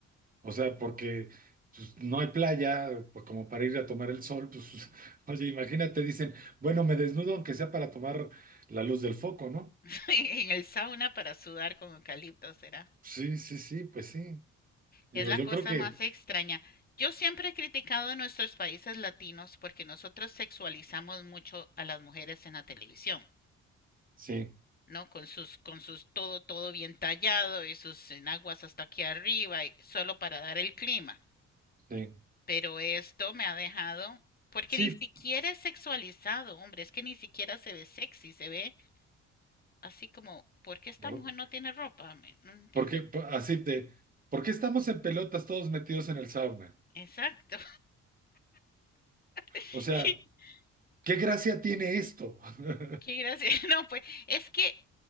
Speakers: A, on the right; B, on the left.
A: o sea, porque pues, no hay playa, pues, como para ir a tomar el sol, pues, <laughs> oye, imagínate, dicen, bueno, me desnudo aunque sea para tomar la luz del foco, ¿no?
B: <laughs> En el sauna para sudar con eucalipto, será.
A: Sí, sí, sí, pues sí. Digo,
B: Es la
A: yo
B: cosa
A: creo que
B: más extraña. Yo siempre he criticado a nuestros países latinos porque nosotros sexualizamos mucho a las mujeres en la televisión.
A: sí,
B: ¿no? Con sus, con sus todo, todo bien tallado y sus enaguas hasta aquí arriba, y solo para dar el clima.
A: sí,
B: Pero esto me ha dejado, porque
A: sí,
B: ni siquiera es sexualizado, hombre, es que ni siquiera se ve sexy, se ve así como, ¿por qué esta
A: por-
B: mujer no tiene ropa? ¿Me- ¿No entiendes?
A: porque po- así de, ¿por qué estamos en pelotas todos metidos en el sauna?
B: Exacto. <laughs>
A: O sea, ¿qué gracia tiene esto? <laughs>
B: Qué gracia. No, pues es que